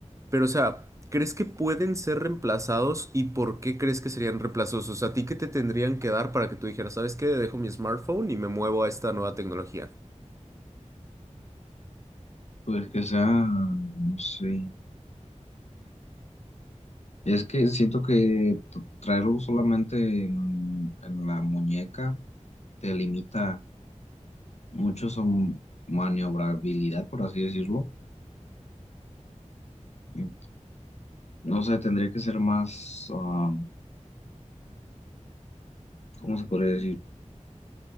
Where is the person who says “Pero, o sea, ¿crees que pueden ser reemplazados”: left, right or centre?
Right